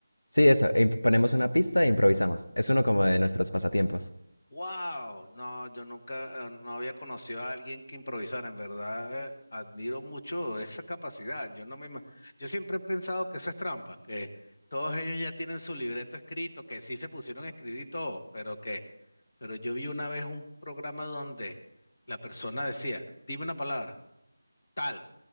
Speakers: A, on the left (about 80°); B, on the left (about 40°).
A: Sí, eso, e ponemos una pista e improvisamos. Es uno como de nuestros pasatiempos.
B: ¡Wow! No, yo nunca, eh, no había conocido a alguien que improvisara. En verdad, eh, admiro mucho esa capacidad. Yo no me, ima- yo siempre he pensado que eso es trampa, que todos ellos ya tienen su libreto escrito, que sí se pusieron a escribir y todo, pero que, pero yo vi una vez un programa donde la persona decía, dime una palabra, tal.